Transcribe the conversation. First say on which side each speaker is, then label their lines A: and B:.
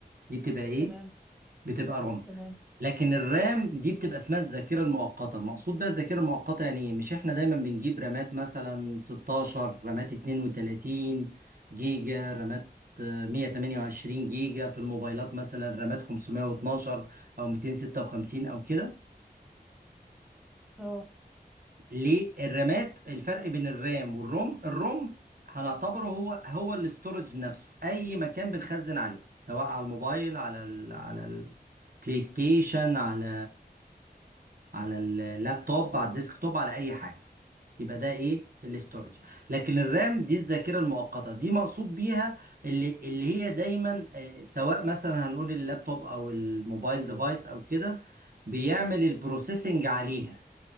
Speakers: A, on the right; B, in the centre.
A: دي بتبقى ايه
B: تمام
A: بتبقى روم
B: تمام
A: لكن الرام دي بتبقى اسمها الذاكره المؤقته مقصود بيها الذاكره المؤقته يعني ايه مش احنا دايما بنجيب رامات مثلا 16 رامات 32 جيجا رامات آه، 128 جيجا في الموبايلات مثلا رامات 512 او 256 او كده
B: أه
A: ليه الرامات الفرق بين الرام والروم الروم هنعتبره هو هو الاستورج نفسه اي مكان بنخزن عليه سواء على الموبايل على ال على البلاي ستيشن على على اللابتوب على الديسكتوب على اي حاجه يبقى ده ايه الاستورج لكن الرام دي الذاكره المؤقته دي مقصود بيها اللي اللي هي دايما آه، سواء مثلا هنقول اللابتوب او الموبايل ديفايس او كده بيعمل البروسيسنج عليها